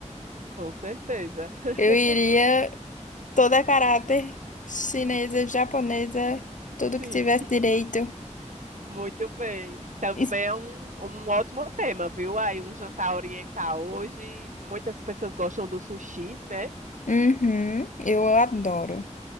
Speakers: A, on the right; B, on the left.
A: com certeza.
B: Eu
A: <laughs>
B: iria toda a caráter chinesa, japonesa, tudo
A: Sim,
B: que tivesse direito.
A: muito bem. Também
B: Isso-
A: é um, um ótimo tema, viu? Aí um jantar oriental. Hoje muitas pessoas gostam do sushi, né?
B: Uhum, eu adoro.